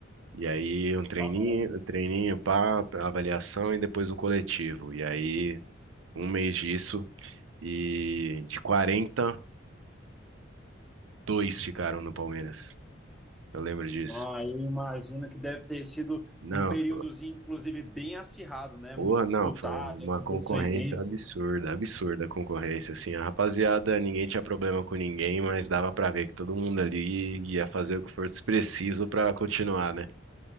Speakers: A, on the right; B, in the centre.
A: E aí um treininho,
B: Caramba.
A: um treininho, pá, avaliação e depois um coletivo. E aí um mês disso E de 40 dois ficaram no Palmeiras. Eu lembro disso.
B: Ah, eu imagino que deve ter sido
A: Não,
B: um períodozinho,
A: foi-
B: inclusive, bem acirrado, né?
A: porra,
B: Muito disputado,
A: não, foi uma
B: a competição
A: concorrência
B: intensa.
A: absurda, absurda a concorrência, assim, a rapaziada, ninguém tinha problema com ninguém, mas dava pra ver que todo mundo ali ia fazer o que fosse preciso pra continuar, né?